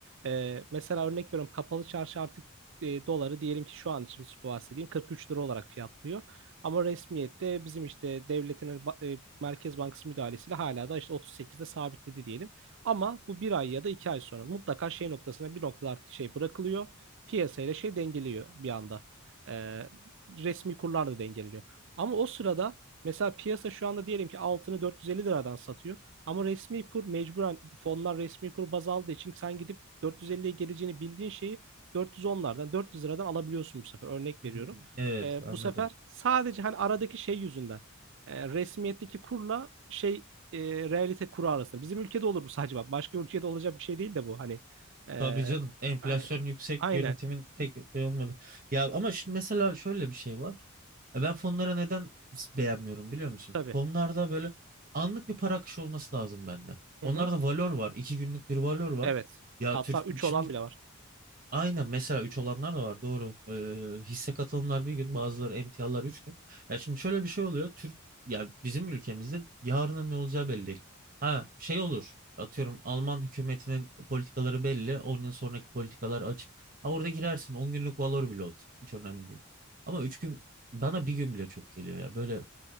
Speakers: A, on the right; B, on the right.
A: E, mesela örnek veriyorum kapalı çarşı artık e, doları diyelim ki şu an için bahsedeyim 43 lira olarak fiyatlıyor. Ama resmiyette bizim işte devletin hani ba- e, Merkez Bankası müdahalesiyle hala da işte 38'de sabitledi diyelim. Ama bu bir ay ya da iki ay sonra mutlaka şey noktasına bir noktada artık şey bırakılıyor. Piyasayla şey dengeliyor bir anda. Ee, resmi kurlar da dengeleniyor. Ama o sırada mesela piyasa şu anda diyelim ki altını 450 liradan satıyor. Ama resmi kur mecburen fonlar resmi kur baz aldığı için sen gidip 450'ye geleceğini bildiğin şeyi 410'lardan 400 liradan alabiliyorsun bu sefer. Örnek
B: Hmm,
A: veriyorum.
B: evet
A: E,
B: anladım.
A: bu sefer sadece hani aradaki şey yüzünden e, resmiyetteki kurla şey e, realite kuru arasında. Bizim ülkede olur bu sadece bak. Başka ülkede olacak bir şey değil de bu. Hani e,
B: Tabii canım enflasyon
A: hani-
B: yüksek
A: aynen
B: yönetimin tek şey olmadı. Ya ama şimdi mesela şöyle bir şey var. E Ben fonlara neden beğenmiyorum biliyor musun?
A: tabii.
B: Fonlarda böyle anlık bir para akışı olması lazım bende. Onlarda
A: Hı hı.
B: valor var. iki günlük bir valor var.
A: Evet.
B: Ya
A: Hatta
B: Türk,
A: 3
B: şimdi
A: olan bile var.
B: Aynen mesela 3 olanlar da var doğru. Ee, hisse katılımlar bir gün bazıları emtialar 3 gün. Ya şimdi şöyle bir şey oluyor. Türk yani bizim ülkemizde yarının ne olacağı belli değil. Ha şey olur. Atıyorum Alman hükümetinin politikaları belli. on yıl sonraki politikalar açık. Ha orada girersin. on günlük valor bile olsun. Hiç önemli değil. Ama üç gün bana bir gün bile çok geliyor ya. Böyle